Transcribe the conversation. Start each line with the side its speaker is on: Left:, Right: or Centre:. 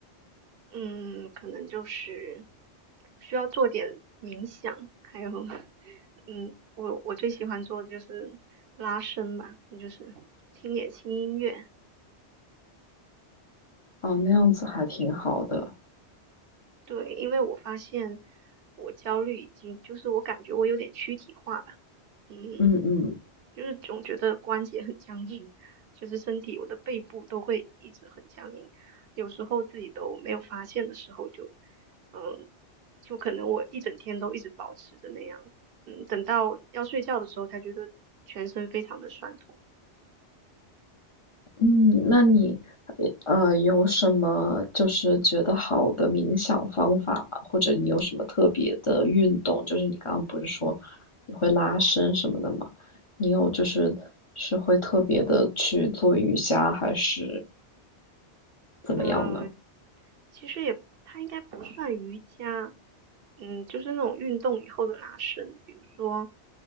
Right: 嗯，可能就是需要做点冥想，还有，嗯，我我最喜欢做的就是拉伸吧，就是听点轻音乐。
Left: 啊，那样子还挺好的。
Right: 对，因为我发现我焦虑已经，就是我感觉我有点躯体化吧。嗯，
Left: 嗯嗯。
Right: 就是总觉得关节很僵硬，就是身体我的背部都会一直很僵硬，有时候自己都没有发现的时候就，嗯，就可能我一整天都一直保持着那样，嗯，等到要睡觉的时候才觉得全身非常的酸痛。
Left: 嗯，那你呃有什么就是觉得好的冥想方法吗？或者你有什么特别的运动？就是你刚刚不是说你会拉伸什么的吗？你有就是是会特别的去做瑜伽还是怎么样呢？
Right: 呃，其实也它应该不算瑜伽，嗯，就是那种运动以后的拉伸。比如说，